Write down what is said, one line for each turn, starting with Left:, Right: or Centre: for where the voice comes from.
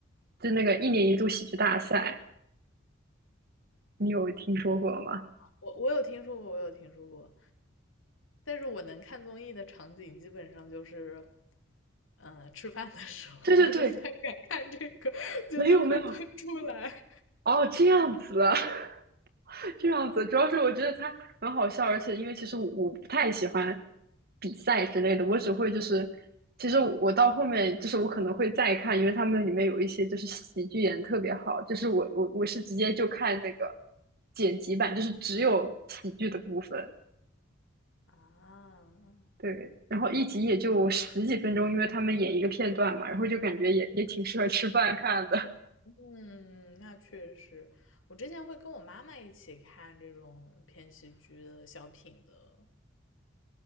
Right: 就那个一年一度喜剧大赛，你有听说过吗？
Left: 我我有听说过，我有听说过。但是我能看综艺的场景基本上就是，呃，吃饭的时候，
Right: 对对对，
Left: 我就不太敢看这个，觉得会喷出来。
Right: 没有没有，哦，这样子啊，<laughs> 这样子，
Left: 嗯
Right: 主要是我觉得他很好笑，而且因为其实我我不太喜欢比赛之类的，我只会就是，其实我到后面就是我可能会再看，因为他们里面有一些就是喜剧演得特别好，就是我我我是直接就看那个剪辑版，就是只有喜剧的部分，
Left: 啊，
Right: 对，然后一集也就十几分钟，因为他们演一个片段嘛，然后就感觉也也挺适合吃饭看的，
Left: 嗯，那确实，我之前会跟我妈妈一起看这种偏喜剧的小品的，